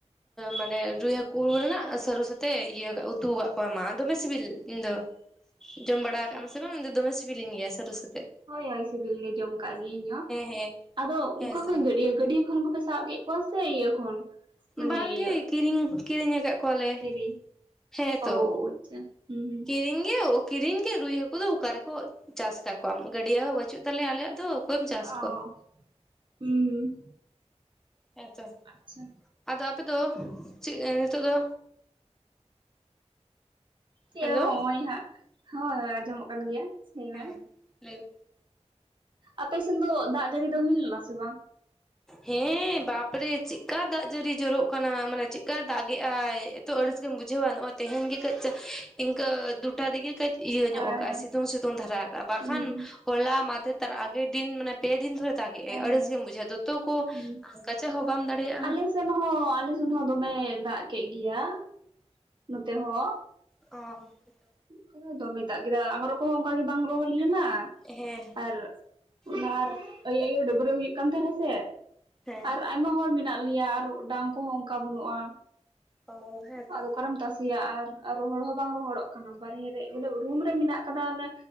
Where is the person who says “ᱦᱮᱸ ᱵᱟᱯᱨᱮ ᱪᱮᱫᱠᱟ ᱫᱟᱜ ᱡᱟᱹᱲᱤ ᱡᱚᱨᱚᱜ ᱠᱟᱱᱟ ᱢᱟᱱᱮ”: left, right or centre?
Centre